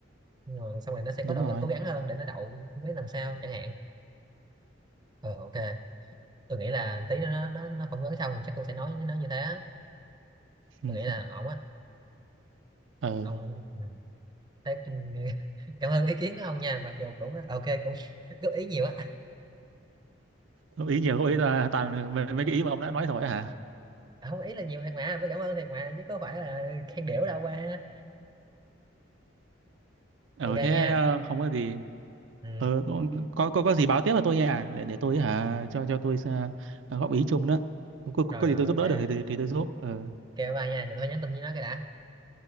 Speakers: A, on the right; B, on the right.
A: nhưng mà xong rồi nó sẽ
B: đúng
A: có động
B: rồi
A: lực cố gắng hơn để nó đậu mấy lần sau chẳng hạn ờ ok tôi nghĩ là tí nó nó nó phỏng vấn xong chắc tôi sẽ nói với nó như thế á.
B: ừ.
A: tôi nghĩ là ổn á
B: <laughs> ừ.
A: ông Ừ. Thế, ừ, <laughs> cảm ơn ý kiến của ông nha mặc dù cũng ok cũng <laughs> góp ý nhiều á
B: góp ý nhiều góp ý là toàn mấy, mấy cái ý mà ông đã nói rồi hả
A: À, không ý là nhiều thiệt mà tôi cảm ơn thiệt mà chứ có phải là khen đểu đâu qua
B: ừ
A: ok
B: thế
A: nha
B: ờ, không có gì
A: ừ.
B: ờ có có có gì báo tiếp là tôi nha để để tôi hả cho cho tôi ờ, góp ý chung đó có, có, có
A: rồi rồi
B: gì tôi giúp
A: ok
B: đỡ được thì thì, thì tôi giúp ờ
A: ok bye bye nha giờ tôi nhắn tin với nó cái đã